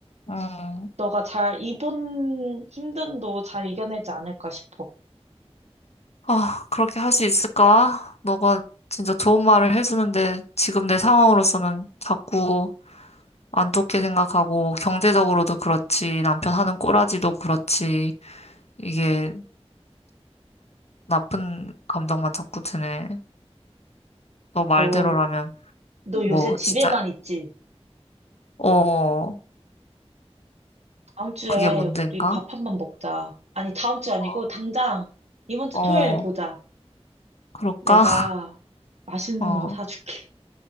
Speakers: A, on the left; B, on the right.
A: 음.
B: 너가 잘, 이번 힘듦도 잘 이겨내지 않을까 싶어.
A: 아, 그렇게 할 수 있을까? 너가 진짜 좋은 말을 해주는데 지금 내 상황으로서는 자꾸 안 좋게 생각하고 경제적으로도 그렇지, 남편 하는 꼬라지도 그렇지, 이게 나쁜 감정만 자꾸 드네. 너 말대로라면.
B: 너, 너
A: 뭐,
B: 요새 집에만
A: 진짜,
B: 있지?
A: 어,
B: 다음 주에
A: 그게 문제인가?
B: 우리 밥 한 번 먹자. 아니, 다음 주 아니고
A: 어,
B: 당장 이번 주
A: 어,
B: 토요일에 보자.
A: 그럴까?
B: 내가
A: <laughs>
B: 맛있는
A: 어,
B: 거 사줄게.